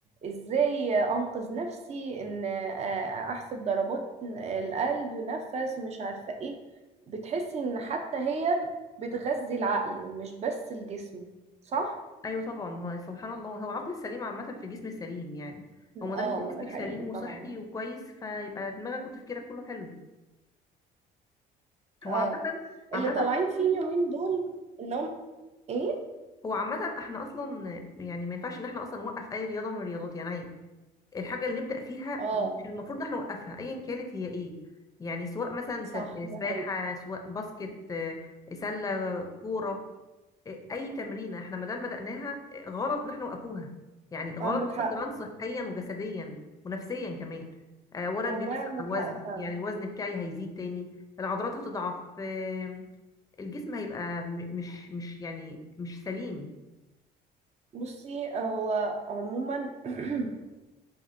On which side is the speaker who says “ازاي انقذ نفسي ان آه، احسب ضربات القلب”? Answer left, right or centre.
Right